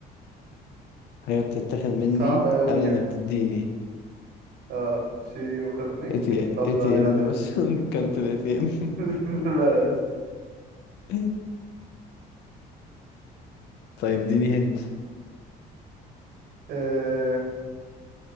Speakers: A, on the left (about 85°); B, on the right (about 70°).
A: حاجه بتتاخد مني
B: دي صعبه قوي
A: قبل ما بتديني
B: اه شيء يؤخذ منك
A: اي تي
B: قبل
A: اي تي
B: أن يأتي
A: ام
B: لك
A: مثلا <laughs> كارت الاي تي ام
B: <laughs> لا يا اسطى
A: <laughs> طيب اديني هنت
B: آه